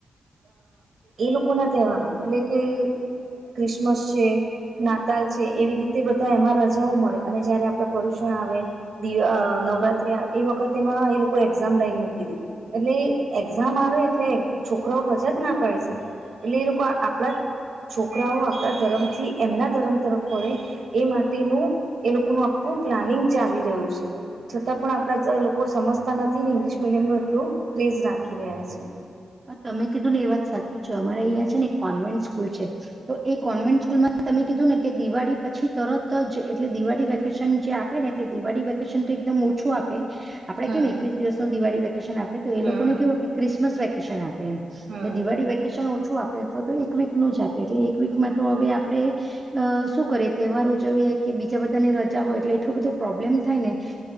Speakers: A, on the right; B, on the right.
A: એ લોકોના તહેવારો એટલે કે ક્રિસમસ છે નાતાલ છે એવી રીતે બધા એમાં રજાઓ મળે અને જયારે આપણા પરુષણ આવે દ નવરાત્રી એ વખત એમાં એ લોકો એક્ઝામ લાઈન મૂકી દી એટલે એક્ઝામ આવે એટલે છોકરાઓ રજા જ ના પાડી શકે એટલે એ લોકો આપણા છોકરાઓ આપણા ધર્મથી એમના ધર્મ તરફ વળે એ માટેનું એ લિકો નુ આખું પ્લાનિંગ ચાલી રહ્યું છે છતાં પણ આપણા લોકો સમજતા નથી ને ઇંગ્લિશ મીડિયમ ન એટલું ક્રેઝ રાખી રહ્યા છે
B: તમે કીધું ને એ વાત સાચું છે અમારે અહિયા છે ને એક કોન્વેન્ટ સ્કૂલ છે તો એ કોન્વેન્ટ સ્કૂલમાં તમે કીધું ને કે દિવાળી પછી તરત જ એટલે દિવાળી વેકેશન જે આપ ને તે દિવાળી વેકેશન તો એકદમ ઓછું આપે આપડે
A: હમ
B: કેમ એકવીસ દિવસ નો દિવાળી વેકેશન આપે તો એ
A: હમ
B: લોકોને કેવું કે ક્રિસમસ વેકેશન આપે એમ એટલે
A: હમ
B: દિવાળી વેકેશન ઓછું આપે અથવા તો એક વીક નું જ આપે એટલે
A: હમ
B: એક વીકમાં તો હવે આપડે અ શું કરીએ તહેવાર ઉજવીએ કે બીજા બધાને રજા હોય એટલે એટલું બધું પ્રોબ્લેમ થાય ને